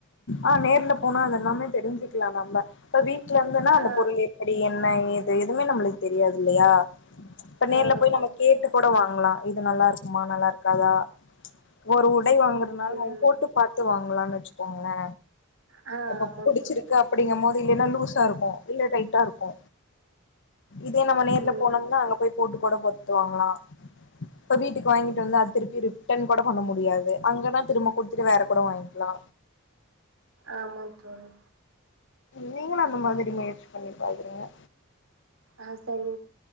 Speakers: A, on the left; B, on the right.
A: ஆ நேர்ல போனா அது எல்லாமே தெரிஞ்சுக்கலா நம்ம இப்ப வீட்ல இருந்தோனா
B: ஆ
A: அந்த பொருள் எப் ப்டி என்ன ஏது எதுமே நம்ளுக் தெரியாது இல்லயா இப்ப
B: ஆ
A: நேர்ல
B: ஆமா
A: போயி நம்ம
B: தோழி
A: கேட்டு கூட வாங்லா இது நல்லாருக்குமா நல்லாருக்காதா ஒரு உடை வாங்கறதுனாலு
B: ம்
A: நம் போட்டு பாத்து வாங்லான் வச்சுக்கோங்ளே
B: ஆ
A: இப்ப
B: ஆமாம்
A: புடிச்சிருக்க
B: தோழி
A: அப்படிங்கபோது இல்லன்னா லூசாருக்கு இல்ல டைட்டாருக்கு இதே நம்ம நேர்ல
B: ம்
A: போனோம்னா அங்க போய் போட்டு கூட போத்து வாங்லா இப்ப வீட்டுக்கு வாங்கிட்டு வந்து அது திருப்பி ரிட்டன் கூட பண்ண முடியாது அங்கன்னா திரும்ப குடுத்துட்டு வேற கூட வாய்ங்க்லா
B: ஆமா தோழி
A: நீங்களு அந்த மாதிரி முயற்சி பண்ணி பாக்றீங்க
B: ஆ சரி